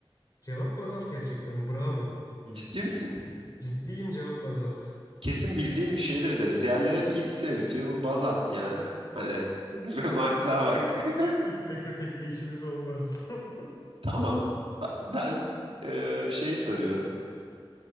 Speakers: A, on the left; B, on the right.
A: Cevap bazalt gerçekten. Bravo.
B: Ciddi misin?
A: Ciddiyim cevap bazalt.
B: Kesin bildiğim bir şeydir dedim. Diğerleri hep itle bitiyor. Bu bazalt yani. Hani <laughs> mantığa
A: Bizim
B: bak. <laughs>
A: i- itle köpekle işimiz olmaz. <laughs>
B: Tamam. Ba- Ben eee, şey soruyorum.